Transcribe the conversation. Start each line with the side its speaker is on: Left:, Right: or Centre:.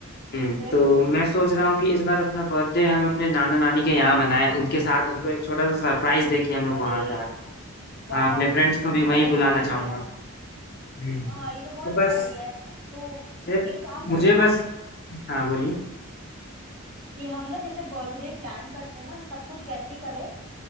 Left: हम्म,
Right: फिर
Left: तो मैं सोच रहा हूँ कि इस बार अपना बर्थडे हम अपने नाना नानी के यहाँ मनाएं उनके साथ उनको एक छोटा सा सरप्राइज दे कि हम लोग
Right: अरे
Left: वहाँ जा रहे हैं
Right: वाओ
Left: हाँ अपने फ्रेंड्स
Right: ये तो
Left: को भी
Right: बहुत
Left: वहीं
Right: अच्छा
Left: बुलाना
Right: आइडिया
Left: चाहूंगा
Right: है
Left: हम्म
Right: हाँ ये तो बहुत
Left: तो
Right: अच्छा
Left: बस
Right: आइडिया है तो
Left: मुझे
Right: एक काम कर
Left: मुझे
Right: सकते
Left: बस
Right: हैं
Left: हाँ बोलिए
Right: कि हम ना जैसे बर्थडे प्लान करते हैं ना सब कुछ वैसे ही करें